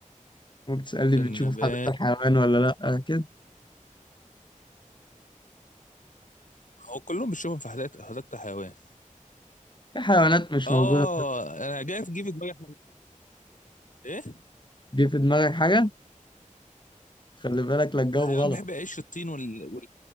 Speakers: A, on the left (about 35°); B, on the left (about 70°).
A: وبتسألني
B: باكل
A: بتشوفه
B: نبات
A: في حديقة الحيوان ولا لأ كده
B: هو كلهم بتشوفهم في حديقة حديقة الحيوان
A: في حيوانات مش
B: اه
A: موجودة
B: انا جاي في جيب في دماغي حاجة. ايه
A: جه في دماغك حاجة خلي بالك لا تجاوب
B: حيوان
A: غلط
B: بيحب يعيش في الطين وال...